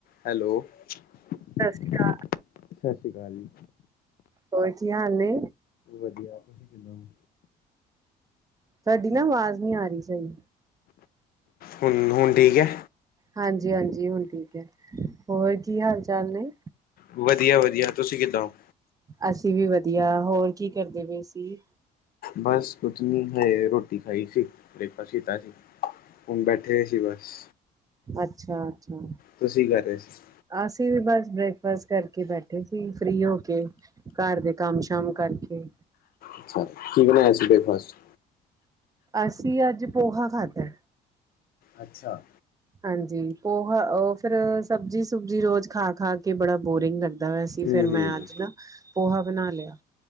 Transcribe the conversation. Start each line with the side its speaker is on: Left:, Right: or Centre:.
Left: ਹੈਲੋ ਸਤਿ
Right: ਸ਼੍ਰੀ ਅਕਾਲ,
Left: ਸ੍ਰੀ ਅਕਾਲ ਜੀ
Right: ਹੋਰ ਕੀ ਹਾਲ ਨੇ
Left: ਵਧੀਆ ਤੁਸੀਂ ਕਿੱਦਾਂ ਹੋ
Right: ਤੁਹਾਡੀ ਨਾ ਆਵਾਜ਼ ਨਹੀਂ ਆ ਰਹੀ ਸਹੀ
Left: ਹੁਣ ਹੁਣ ਠੀਕ ਹੈ।
Right: ਹਾਂਜੀ ਹਾਂਜੀ ਹੁਣ ਠੀਕ ਹੈ ਹੋਰ ਕੀ ਹਾਲ ਚਾਲ ਨੇ
Left: ਵਧੀਆ ਵਧੀਆ ਤੁਸੀਂ ਕਿੱਦਾਂ ਹੋ
Right: ਅਸੀਂ ਵੀ ਵਧੀਆ ਹੋਰ ਕੀ ਕਰਦੇ ਪਏ ਸੀ।
Left: ਬੱਸ ਕੁਝ ਨਹੀਂ ਹਜੇ ਰੋਟੀ ਰੋਟੀ ਖਾਈ ਸੀ ਬ੍ਰੇਕਫਾਸਟ ਕੀਤਾ ਸੀ ਹੁਣ ਬੈਠੇਏ ਸੀ ਬਸ
Right: ਅੱਛਾ, - ਅੱਛਾ।
Left: ਤੁਸੀਂ ਕਰ ਰਹੇ ਸੀ।
Right: ਅਸੀਂ ਵੀ ਬਸ ਬ੍ਰੇਕਫਾਸਟ ਕਰਕੇ ਬੈਠੇ ਸੀ ਫ੍ਰਰੀ ਹੋ ਕੇ। ਘਰ ਦੇ ਕੰਮ ਸ਼ਾਮ ਕਰਕੇ।
Left: ਅੱਛਾ ਬਣਾਇਆ ਸੀਗਾ ਬ੍ਰੇਕਫਾਸਟ
Right: ਅਸੀਂ ਅੱਜ ਪੋਹਾ ਖਾਧਾ।
Left: ਅੱਛਾ।
Right: ਹਾਂਜੀ ਪੋਹਾ ਫਿਰ ਸਬਜ਼ੀ ਸੁਬਜੀ ਰੋਜ਼ ਖਾ ਖਾ ਕੇ ਬੜਾ ਬੋਰਿੰਗ ਲੱਗਦਾ। ਲੱਗਦਾ ਪਿਆ ਸੀ
Left: ਹਮ
Right: ਫਿਰ ਮੈਂ
Left: ਹਮ
Right: ਅੱਜ ਨਾ ਪੋਹਾ ਬਣਾ ਲਿਆ